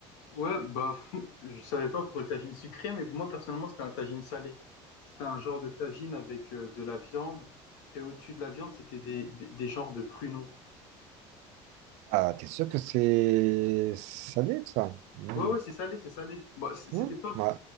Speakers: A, on the left; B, on the right.
A: Ouais, bah, <laughs> je savais pas pour le tagine sucré, mais moi personnellement, c'était un tagine salé. C'était un genre de tagine avec euh, de la viande, et au-dessus de la viande, c'était des, des, des genres de pruneaux.
B: Ah, t'es sûr que c'est salé, ça? Mm.
A: Ouais, ouais, c'est salé, c'est salé. Bah, c- c'était
B: Ouais.
A: pas,
B: Ouais.